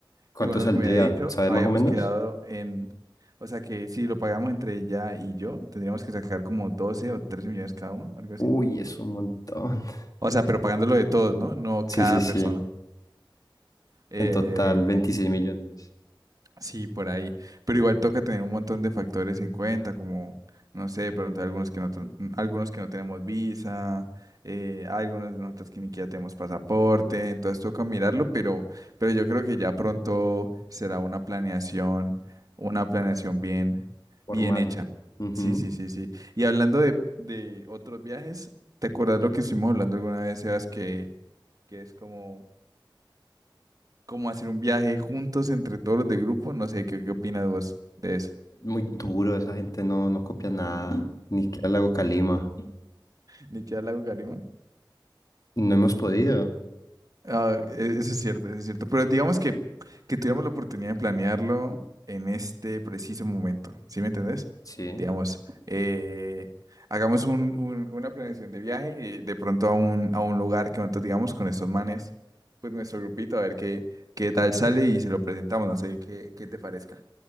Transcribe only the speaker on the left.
¿Cuánto
saldría?
¿Sabes
más o menos?
Uy, es un montón. <laughs>
Sí,
sí, sí.
En total, 26 millones.
Formal.
Ujú.
Muy duro, esa gente no, no copia nada. Ni siquiera el Lago Calima.
No hemos podido.
Sí,